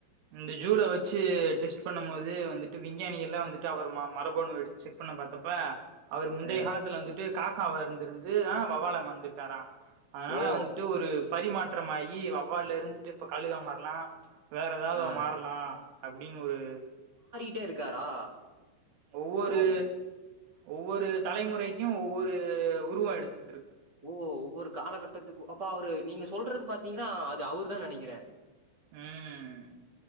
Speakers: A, on the right (about 80°); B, on the right (about 25°).
A: இந்த ஜூல வச்சி டெஸ்ட் பண்ணும் போது வந்துட் டு விஞ்ஞானியெல்லா வந்துட்டு அவர் ம மரபணு எடுத்து ஷெக் பண்ண பாத்தப்ப அவரு முந்தைய
B: அ.
A: காலத்துல வந்துட்டு காக்கா வா இருந்துருந்து தா வவ்வாலமா வந்துர்க்காரா அதனால
B: ஓ!
A: வந்துட்டு ஒரு பரிமாற்றமாயி வவ்வால்ல இருந்துட்டு இப்ப கழுகா மார்லா வேற ஏதாவது
B: அ.
A: மாறலா அப்டின்னு ஒரு
B: மாரிட்டே இருக்காரா
A: ஒவ்வொரு
B: ஓம்
A: ஒவ்வொரு தலைமுறைக்கு ஒவ்வொரு உருவோ எடுத்து
B: ஓ ஒவ்வொரு காலகட்டத்துக்கு அப்பா அவரு நீங்க சொல்றது பாத்தீங்கனா அது அவரு தா நெனைக்கிறே
A: உம்